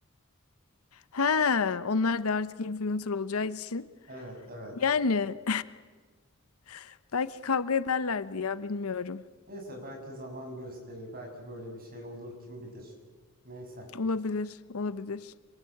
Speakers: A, on the left; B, on the right.
A: He, onlar da artık influencer olacağı için.
B: Evet evet.
A: Yani <laughs> belki kavga ederlerdi ya bilmiyorum.
B: Neyse belki zaman gösterir. Belki böyle bir şey olur kim bilir. Neyse
A: Olabilir, olabilir.